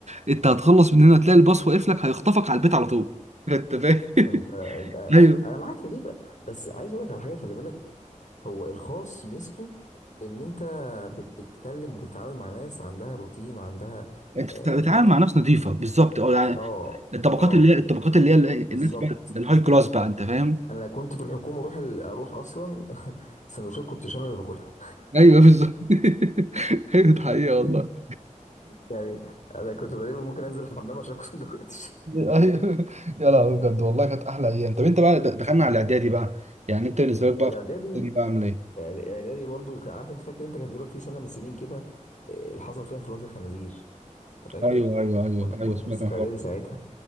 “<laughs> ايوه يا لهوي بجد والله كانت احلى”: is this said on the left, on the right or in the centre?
Right